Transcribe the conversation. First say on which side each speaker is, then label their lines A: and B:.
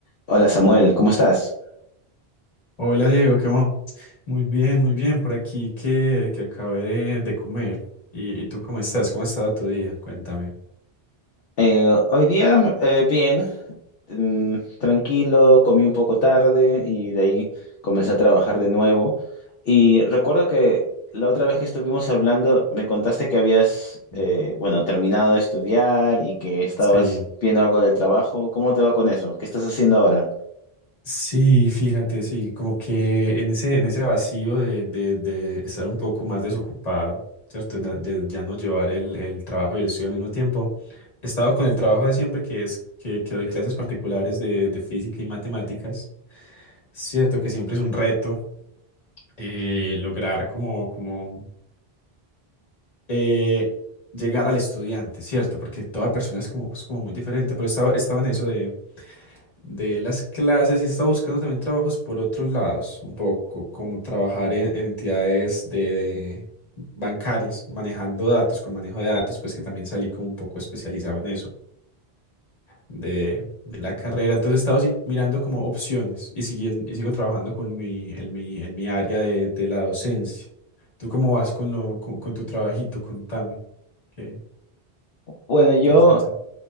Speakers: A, on the left; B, on the left.
A: Hola Samuel, ¿cómo estás?
B: Hola Diego, ¿qué más? Muy bien, muy bien, por aquí que, que acabé de, de comer. ¿Y, y tú cómo estás? ¿Cómo ha estado tu día? Cuéntame.
A: Eh, hoy día eh, bien, mm, tranquilo, comí un poco tarde y de ahí comencé a trabajar de nuevo. Y recuerdo que la otra vez que estuvimos hablando me contaste que habías,
B: Ujú.
A: eh, bueno, terminado de estudiar y que estabas
B: Sí.
A: viendo algo del trabajo. ¿Cómo te va con eso? ¿Qué estás haciendo ahora?
B: Sí, fíjate, sí, como que en ese, en ese vacío de, de, de estar un poco más desocupado, ¿cierto? Na- De ya no llevar el, el trabajo y el estudio al mismo tiempo. He estado con el trabajo de siempre, que es que, que doy clases particulares de, de física y matemáticas. Cierto que siempre es un reto eh, lograr como, como eh, llegar al estudiante, ¿cierto? Porque toda persona es como, es como muy diferente, pero estaba, estaba en eso de, de las clases y estaba buscando también trabajos por otros lados, un poco, como trabajar en, en entidades de bancarias, manejando datos, con manejo de datos, pues que también salí como un poco especializado en eso de, de la carrera. Entonces he estado así, mirando como opciones y, siguiendo, y sigo trabajando con mi, en mi, en mi área de, de la docencia. ¿Tú cómo vas con lo, con, con tu trabajito? Contame. ok.
A: Bueno, yo,
B: ¿Qué hacía hecho?